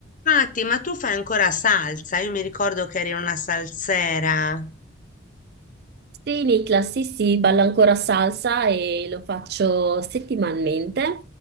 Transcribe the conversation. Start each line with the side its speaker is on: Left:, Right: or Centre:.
Left: Matti, ma tu fai ancora salsa? Io mi ricordo che eri una salsera.
Right: Sì, Niklas, sì, sì, ballo ancora salsa e lo faccio settimanalmente.